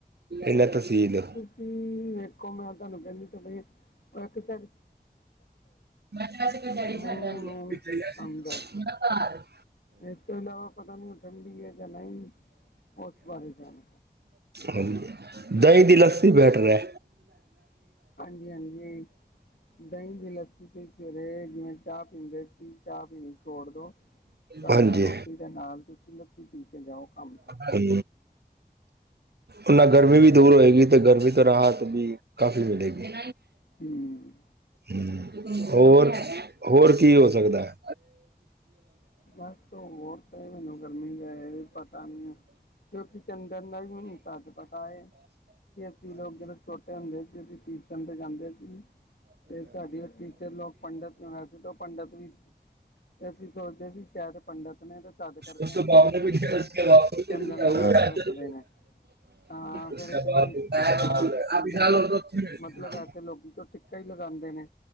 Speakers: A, on the right; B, on the left.
A: ਐਨਾ ਤਸੀਦ।
B: ਕੀ ਵੇਖੋ ਮੈਂ ਤਾਨੂੰ ਕੈਂਦੀ ਤੇ ਪਈ ਆ, ਪਾਕਿਸਤਾਨ
A: ਮੈਂ ਤੇ ਵੈਸੇ ਕਿਹਾ ਤੁਹਾਡੀ
B: ਮੂੰਹ
A: ਛੱਡ ਆਣਗੇ,
B: ਨੂੰ
A: ਮੇਰਾ
B: ਅੰਦਰ
A: ਭਰਾ ਏ,
B: ਇਸ ਤੋਂ ਇਲਾਵਾ ਪਤਾ ਨੀ ਓ ਠੰਡੀ ਏ ਜਾਂ ਨਈ ਓਸ ਬਾਰੇ ਜਾਣ
A: ਹਾਂਜੀ, ਦਈ ਦੀ ਲੱਸੀ ਬੈਟਰ ਐ।
B: ਹਾਂਜੀ - ਹਾਂਜੀ, ਦਈ ਦੀ ਲੱਸੀ ਤੇ ਸਵੇਰੇ ਮੈ ਚਾ ਪੀਂਦੇ ਸੀ। ਚਾ ਪੀਣੀ ਛੋੜ ਦੋ। ਅਪਣਾ
A: ਹਾਂਜੀ
B: ਰੋਟੀ ਦੇ ਨਾਲ ਤੁਸੀਂ ਲੱਸੀ ਪੀ ਕੇ ਜਾਓ। ਕੰਮ 'ਤੇ
A: ਹੂੰ। ਓਨਾਂ ਗਰਮੀ ਵੀ ਦੂਰ ਹੋਏਗੀ ਤੇ ਗਰਮੀ ਤੋਂ ਰਾਹਤ ਵੀ ਕਾਫ਼ੀ ਮਿਲੇਗੀ।
B: ਹੂੰ।
A: ਹੂੰ ਹੋਰ, ਹੋਰ ਕੀ ਹੋ ਸਕਦਾ ਐ? <unintelligible>
B: ਬਸ ਹੋਰ ਤਾਂ ਮੈਨੂੰ ਗਰਮੀ ਦਾ ਇਹ ਪਤਾ ਨਹੀਂ ਹੈ ਕਿਉਂਕਿ ਚੰਦਨ ਦਾ ਵੀ ਮੈਨੂੰ ਤੱਦ ਪਤਾ ਏ, ਕੇ ਅਸੀਂ ਲੋਗ ਜਦੋਂ ਛੋਟੇ ਹੁੰਦੇ ਸੀ ਅਸੀ ਕੀ ਹੁੰਦੇ ਜਾਂਦੇ ਸੀ। ਤੇ ਸਾਡੀ ਓ ਟੀਚਰ ਲੋਕ ਪੰਡਿਤ ਵੈਸੇ ਤੇ ਓ ਪੰਡਿਤ ਵੀ ਕਿਉਂਕਿ, ਸੋਚਦੇ ਸੀ ਸ਼ੈਦ ਓ ਪੰਡਿਤ ਨੇ ਤੇ ਤਦ ਕਰਕੇ
A: ਉਸ ਤੋਂ
B: ਮੱਥੇ
A: ਬਾਅਦ
B: ਦੇ
A: ਨੇ
B: ਉੱਤੇ
A: ਵੀ
B: ਅਪਣੇ
A: ਉਸਕੇ ਵਾਪਸ ਤੋਂ
B: ਚੰਦਨ
A: ਨਹੀਂ ਆਉਂਗੇ
B: ਲਗਾ ਕੇ
A: ਅੱਜ
B: ਰੱਖਦੇ
A: ਤੋਂ
B: ਨੇ। ਹਾਂ
A: ਉਸਕੇ
B: ਫਿਰ ਇੱਕ ਦਿਨ
A: ਬਾਅਦ
B: ਅਸੀ ਪੁੱਛਿਆ
A: ਆ
B: ਆਪ ਚੰਦਨ
A: ਵਿਸ਼ਾਲ
B: ਬਈ
A: ਔਰ
B: ਮ
A: ਤੋਂ ਉੱਥੇ ਮਿਲਦੇ
B: ਮਤਲਬ
A: ਹਾਂ
B: ਐਸੇ ਲੋਕੀ ਤੋ ਟਿੱਕਾ ਈ ਲਗਾਂਦੇ ਨੇ।